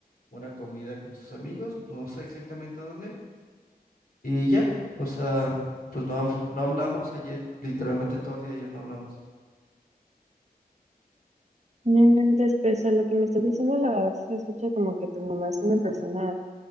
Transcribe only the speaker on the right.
Mm, Después, a lo que me estás diciendo, la verdad sí se escucha como que tu mamá es una persona